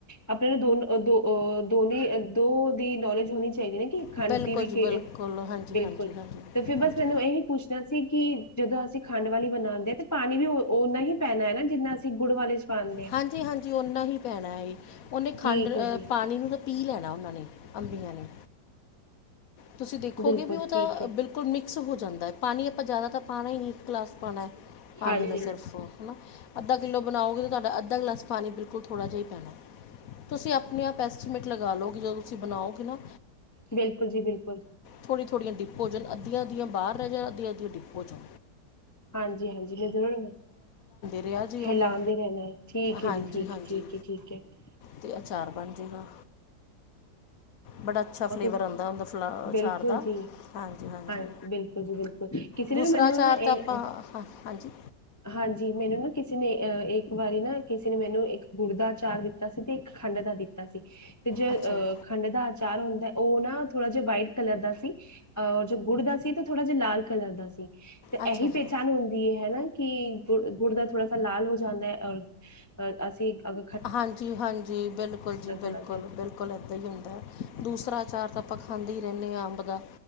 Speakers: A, on the left; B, on the left.
A: ਆਪਾਂ ਨੂੰ ਦੋਨ ਦੋ ਦੋ ਨੀ ਦੋ ਦੀ ਨੌਲੇਜ ਹੋਣੀ ਚਾਈਦੀ ਨਾ ਖੰਡ
B: ਬਿਲਕੁਲ
A: ਦੀ ਵੀ
B: ਜੀ ਬਿਲਕੁਲ
A: ਕੇ
B: ਹਾਂਜੀ
A: ਬਿਲਕੁਲ।
B: ਹਾਂਜੀ ਹਾਂਜੀ
A: ਤੇ ਫੇਰ ਬਸ
B: ਹਾਂਜੀ
A: ਮੈਨੂੰ ਇਹੀ ਪੁੱਛਣਾ ਸੀ ਕਿ ਜਦੋਂ ਅਸੀਂ ਖੰਡ ਵਾਲੀ ਬਣਾਂਦੇ ਆ ਤੇ ਪਾਣੀ ਵੀ ਓਨਾ ਹੀ ਪੈਣਾ ਹੈ ਨਾ ਜਿੰਨਾ ਅਸੀ ਗੁੜ ਵਾਲੇ ਚ ਪਾਂਦੇ ਆ।
B: ਹਾਂਜੀ -ਹਾਂਜੀ ਓਨਾ ਹੀ ਪੈਣਾ ਏ ਓਨੇ ਖੰਡ
A: ਠੀਕ
B: ਅ
A: ਹੈ ਜੀ,
B: ਪਾਣੀ ਨੂੰ ਪੀ ਲੈਣਾ ਓਨਾਂ ਨੇ ਅੰਬੀਆਂ ਨੇ। ਤੁਸੀਂ ਦੇਖੋਗੇ
A: ਬਿਲਕੁਲ
B: ਬੀ ਓ ਤਾ
A: ਠੀਕ ਹੈ।
B: ਬਿਲਕੁਲ ਮਿਕਸ ਹੋ ਜਾਂਦਾ ਐ ਪਾਨੀ ਆਪਾਂ ਜਆਦਾ ਤਾਂ ਪਾਣਾ ਈ ਨਈ ਇੱਕ ਗਲਾਸ ਪਾਣਾ ਏ। ਪਾਣੀ
A: ਹਾਂਜੀ,
B: ਦਾ ਸਿਰਫ ਓ ਹਨਾ ਅੱਧਾ ਕਿੱਲੋ ਬਨਾਓਗੇ ਤਾ ਤੁਆਡਾ ਅੱਧਾ ਗਲਾਸ ਪਾਨੀ ਬਿਲਕੁਲ ਥੋੜ੍ਹਾ ਜਿਆ ਈ ਪੈਣਾ। ਤੁਸੀ ਆਪਨੇ ਆਪ ਐਸਟੀਮੇਟ ਲਗਾ ਲੋ ਕਿ ਜਦੋ ਤੁਸੀ ਬਨਾਓਗੇ ਨਾ
A: ਬਿਲਕੁਲ ਜੀ ਬਿਲਕੁਲ।
B: ਥੜੀ -ਥੋੜ੍ਹੀਆਂ ਡਿੱਪ ਹੋ ਜਨ ਅੱਧੀਆਂ ਅੱਧੀਆਂ ਬਾਰ ਰੈ ਜਾਨ ਅੱਧੀਆਂ -ਅੱਧੀਆਂ ਡਿੱਪ ਹੋ ਜਨ
A: ਹਾਂਜੀ- ਹਾਂਜੀ <unintelligible> ਮ ਜ਼ੂਰ
B: ਰਿਹਾ ਜੀ ਉਹਨੂੰ
A: ਹਿਲਾਂਦੇ ਰਹਿਨਾ ਏ ਠੀਕ
B: ਹਾਂਜੀ
A: ਐ ਜੀ ਠੀਕ
B: ਹਾਂਜੀ
A: ਐ - ਠੀਕ ਏ - ਠੀਕ। ਕਿੱਟ
B: ਤੇ ਅਚਾਰ ਬਣ ਜੇਗਾ। ਬੜਾ ਅੱਛਾ ਫਲੇਵਰ
A: ਉਹ ਤੁਸ
B: ਆਂਦਾ ਓਂਦਾ ਫਲਾ ਅਚਾਰ
A: ਬਿਲਕੁਲ
B: ਦਾ।
A: ਜੀ
B: ਹਾਂਜੀ -ਹਾਂਜੀ
A: ਹਾਂ ਬਿਲਕੁਲ ਜੀ ਬਿਲਕੁਲ ਕਿਸੇ
B: ਦੂਸਰਾ
A: ਨੇ ਨਾ ਮੈਨੂੰ
B: ਅਚਾਰ
A: ਨਾ
B: ਤਾ
A: ਇਹ
B: ਆਪਾਂ ਹਾ, ਹਾਂਜੀ
A: ਹਾਂਜੀ, ਮੈਨੂੰ ਨਾ ਕਿਸੇ ਨੇ ਅ ਇੱਕ ਵਾਰੀ ਨਾ ਕਿਸੇ ਨੇ ਮੈਨੂੰ ਇੱਕ ਗੁੜ ਅਚਾਰ ਦਿੱਤਾ ਸੀ ਤੇ ਇੱਕ ਖੰਡ ਦਾ ਦਿੱਤਾ ਤਾ ਸੀ ਤੇ ਜੇ
B: ਅੱਛਾ
A: ਅ
B: ਜੀ
A: ਖੰਡ ਦਾ ਅਚਾਰ ਹੁੰਦੈ ਓ ਨਾ ਥੋੜਾ ਜੇਆ ਵਾਈਟ ਕਲਰ ਦਾ ਸੀ ਅ ਜੋ ਗੁੜ ਦਾ ਸੀ ਤਾਂ ਥੋੜਾ ਜਾ ਲਾਲ ਕਲਰ ਦਾ ਸੀ, ਤੇ
B: ਅੱਛਾ
A: ਏਹੀ
B: ਜੀ
A: ਪਹਿਚਾਨ ਹੁੰਦੀ ਐ ਨਾ। ਕੀ ਗੁੜ-ਗੁੜ ਦਾ ਥੋੜਾ ਸਾ ਲਾਲ ਹੋ ਜਾਂਦੈ ਔਰ ਅ ਅਸੀਂ ਅਗ
B: ਹਾਂਜੀ-ਹਾਂਜੀ ਬਿਲਕੁਲ ਜੀ ਬਿਲਕੁਲ-ਬਿਲਕੁਲ
A: ਥੋੜਾ ਜਿਹਾ
B: ਏਦਾਂ ਈ ਹੁੰਦਾ ਦੂਸਰਾ ਅਚਾਰ ਤਾਂ ਆਪਾਂ ਖਾਂਦੇ ਈ ਰੈਂਦੇ ਆਂ ਅੰਬ ਦਾ,